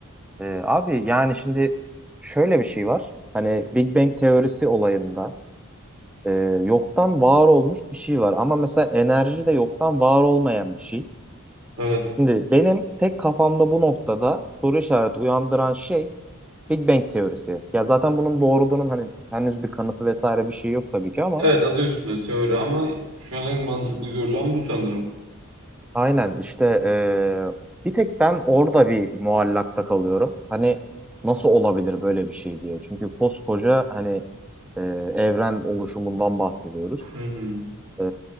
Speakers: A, in the centre; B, on the right.
A: Eee, abi yani şimdi şöyle bir şey var. Hani Big Bang teorisi olayında eee, yoktan var olmuş bir şey var. Ama mesela enerji de yoktan var olmayan bir şey.
B: evet.
A: Şimdi benim tek kafamda bu noktada soru işareti uyandıran şey Big Bang teorisi. Ya zaten bunun doğruluğunun hani henüz bir kanıtı vesaire bir şey yok tabii ki ama
B: Evet adı üstünde teori ama şu an en mantıklı görülen bu sanırım.
A: Aynen işte e, bir tek ben orada bir muallakta kalıyorum. Hani nasıl olabilir böyle bir şey diye. Çünkü koskoca hani e, evren oluşumundan bahsediyoruz.
B: Hı hı.
A: E,